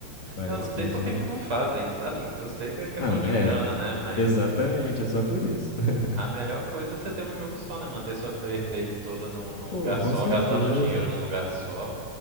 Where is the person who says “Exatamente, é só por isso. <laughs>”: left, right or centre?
Left